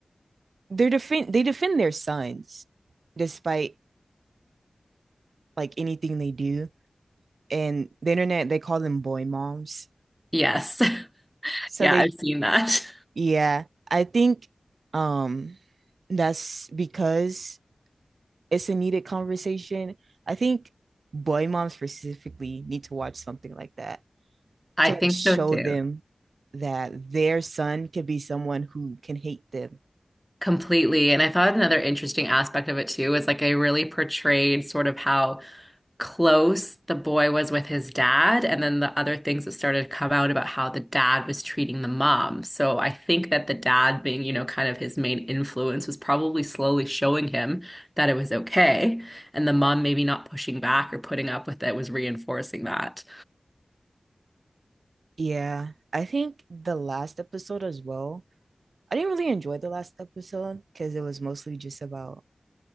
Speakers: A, on the right; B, in the centre.
A: They defend they defend their sons despite like anything they do. And the internet they call them boy moms.
B: Yes. <laughs>
A: So
B: Yeah,
A: they
B: I've seen that.
A: yeah, I think um that's because it's a needed conversation. I think boy moms specifically need to watch something like that
B: <laughs> I
A: to
B: think
A: like show
B: so too.
A: them that their son could be someone who can hate them.
B: Completely. And I thought another interesting aspect of it too is like they really portrayed sort of how close the boy was with his dad, and then the other things that started to come out about how the dad was treating the mom. So I think that the dad being, you know, kind of his main influence was probably slowly showing him that it was okay. And the mom maybe not pushing back or putting up with it was reinforcing that.
A: Yeah, I think the last episode as well. I didn't really enjoy the last episode because it was mostly just about